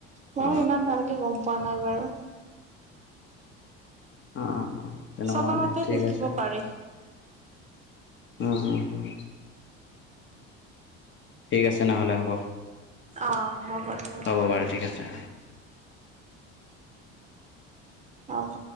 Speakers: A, on the right (about 25°); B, on the left (about 35°).
A: ময়ো
B: অ
A: ইমান ভালকে গম পোৱা নাই বাৰু।
B: অ', তেনেকুৱা
A: ছমাহতে
B: মানে ঠিক
A: বিকিব
B: আছে।
A: পাৰি
B: উম, হম, হম। ঠিক আছে নহ'লে হ'ব।
A: অ', হ'ব। দিয়ক
B: হ'ব বাৰু ঠিক আছে।
A: হ'ব।